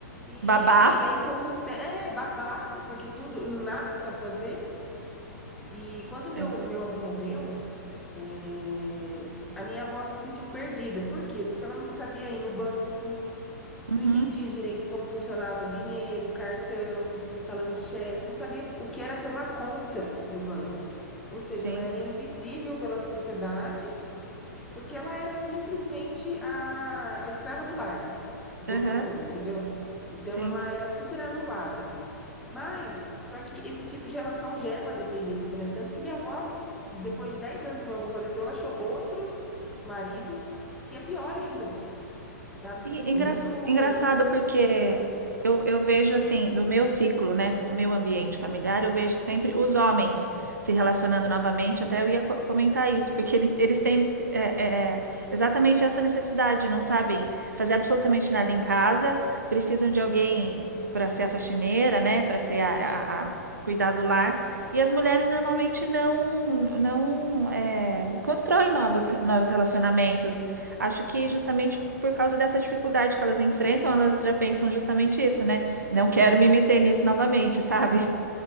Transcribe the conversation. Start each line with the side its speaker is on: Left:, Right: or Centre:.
Centre: e,
Right: Babar.
Centre: e aí com o te- é babá, né? Porque tudo, nada ele sabe fazer. E quando meu,
Right: Exa-
Centre: meu avô morreu, é, a minha avó se sentiu perdida. Por quê? Porque ela não sabia ir no banco
Right: Uhum.
Centre: Não entendia direito como funcionava dinheiro, cartão, talão de cheque, não sabia o que era ter uma conta no banco. Ou seja,
Right: Sim.
Centre: ela era invisível pela sociedade, porque ela era simplesmente a, a escrava do lar, do
Right: Aham.
Centre: meu avô, entendeu? Então
Right: Sim.
Centre: ela era super anulada. Mas, só que esse tipo de relação gera uma dependência, né? Tanto que minha avó, depois de 10 anos que meu avô faleceu, ela achou outro marido que é pior ainda, sabe?
Right: E é
Centre: É
Right: engra-
Centre: muito.
Right: engraçado porque
Centre: É,
Right: eu, eu vejo assim, do meu ciclo, né, do meu ambiente familiar, eu vejo sempre os homens se relacionando novamente, até eu ia co- comentar isso, porque ele- eles têm é, é, é, exatamente essa necessidade, não sabem fazer absolutamente nada em casa, precisam de alguém para ser a faxineira, né, para ser a, a- a- cuidar do lar, e as mulheres normalmente não, não é, constroem novos, novos relacionamentos. Acho que justamente por causa dessa dificuldade que elas enfrentam, elas já pensam justamente isso, né? Não quero me meter nisso novamente, <laughs> sabe?